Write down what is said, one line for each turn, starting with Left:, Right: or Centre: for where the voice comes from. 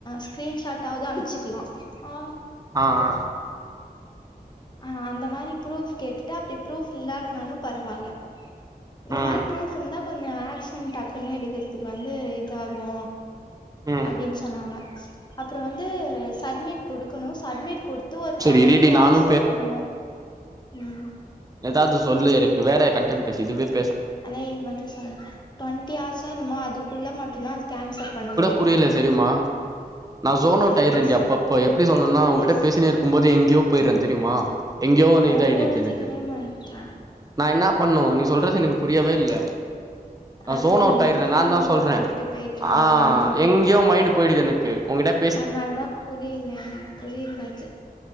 Left: ஸ்கிரீன்ஷாட்டாவ்து அம்ச்சிகிலா ஆ
Right: ஆ ஆ
Left: ஆ அந்த மாரி ப்ரூஃப் கேட்டுட்டு அப்டி ப்ரூஃப் இல்லாட்னாலும் பரவால இந்த
Right: ஆ ம்
Left: மாரி ப்ரூஃப் இருந்தா கொஞ்சோ ஆக்ஷன் டக்குன்னு எடுக்கர்துக்கு வந்து இதாகு
Right: ம்
Left: அப்டின் சொன்னாங்க அப்றோ வந்து சட்மிட் குடுக்குணு சட்மிட் குடுத் த்து ஒரு
Right: செரி
Left: தொண்ட்டி
Right: இருடி நானு
Left: ஆர்ஸோ என்னுமோ ம்
Right: எதாது சொல்லு எருக்கு வேற கண்டன்ட் பேசு இதுவேப்
Left: அதா இது மட்டு சொல் டொண்ட்டி ஆர்ஸோ என்னுமோ அதுக்குள்ள மட்டுந்தா அது கேன்சல் பண்ண முடிய
Right: புரில செரிமா நா சோனவுட்
Left: சரி
Right: ஆயிரேண்டி
Left: பேசு
Right: அப்ப அப்ப எப்டி சொல்ணுனா உகிட்ட
Left: பேசு
Right: பேசினே இருக்கும்போது எங்யோ போயிர்றேந் தெரியுமா எங்யோ ஒன்னு
Left: அதா
Right: இதாயிடுச்சு
Left: புரிஞ்சுக்கவே
Right: எனக்கு-
Left: மாட்டா
Right: நா இன்னாப் பண்ணு நீ சொல்றது எனக்கு புரியவே இல்ல நா
Left: அதா
Right: சோனவுட்
Left: நீ எங்கயோ
Right: ஆயிர்றே
Left: மைண்டு
Right: நாந்தா சொல்றே
Left: கூட்டு போயிட்ற
Right: ஆ
Left: அதனாலதா
Right: எங்யோ மைண்ட்டு போயி்டுது எனுக்கு உங்கிட்டப்
Left: அன்னால்தாம் புரில எனக் புரிதலச்சு